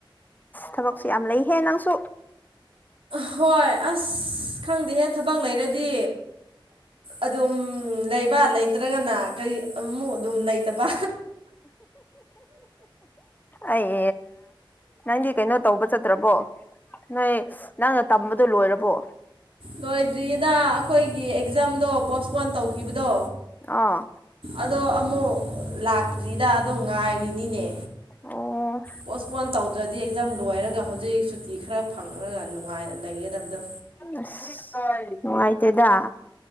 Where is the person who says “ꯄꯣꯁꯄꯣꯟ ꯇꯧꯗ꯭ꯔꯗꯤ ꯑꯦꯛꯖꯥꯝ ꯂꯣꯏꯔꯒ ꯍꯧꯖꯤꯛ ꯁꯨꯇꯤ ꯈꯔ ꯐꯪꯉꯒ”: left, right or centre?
Right